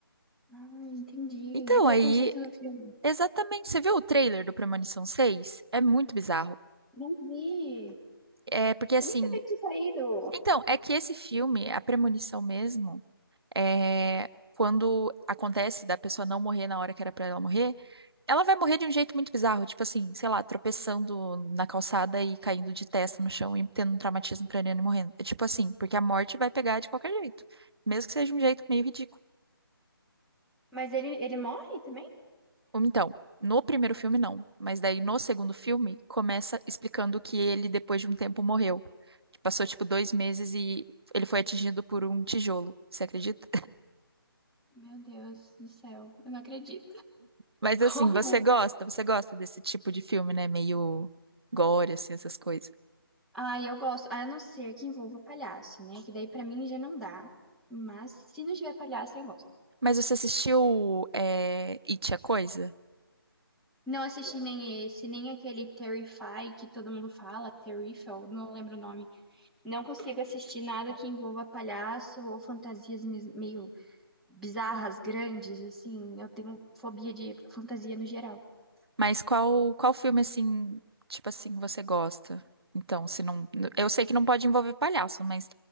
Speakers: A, in the centre; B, on the right (about 85°).
A: Ah, entendi.
B: Então,
A: Esse
B: aí,
A: é o conceito do filme.
B: exatamente. Você viu o trailer do Premonição seis? É muito bizarro.
A: Não vi.
B: É porque assim.
A: Eu nem sabia que tinha saído.
B: Então, é que esse filme, A Premonição mesmo. é, quando acontece da pessoa não morrer na hora que era pra ela morrer, ela vai morrer de um jeito muito bizarro, tipo assim, sei lá, tropeçando na calçada e caindo de testa no chão e tendo um traumatismo craniano e morrendo. É tipo assim, porque a morte vai pegar de qualquer jeito, mesmo que seja um jeito meio ridículo.
A: Mas ele, ele morre também?
B: Ou então, no primeiro filme não, mas daí no segundo filme começa explicando que ele depois de um tempo morreu. Que Passou tipo dois meses e ele foi atingido por um tijolo, você acredita?
A: Meu Deus do céu, eu não acredito. <laughs>
B: Mas
A: Como?
B: assim, você gosta, você gosta desse tipo de filme, né? Meio gore, assim, essas coisas.
A: Ai, eu gosto. A não ser que envolva palhaço, né? Que daí pra mim já não dá. Mas se não tiver palhaço, eu gosto.
B: Mas você assistiu é, It, a Coisa?
A: Não assisti nem esse, nem aquele Terrify que todo mundo fala, Terrifiel, não lembro o nome. Não consigo assistir nada que envolva palhaço ou fantasias mes- meio bizarras, grandes, assim. Eu tenho fobia de fantasia no geral.
B: Mas qual, qual filme, assim, tipo assim, você gosta? Então, se não. Eu sei que não pode envolver palhaço, mas